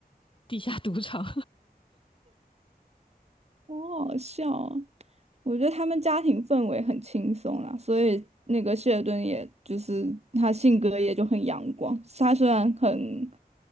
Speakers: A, on the left (about 30°); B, on the right (about 40°).
A: 地下赌场。
B: 好好笑啊。我觉得他们家庭氛围很轻松啦，所以那个谢尔顿也就是他性格也就很阳光。他虽然很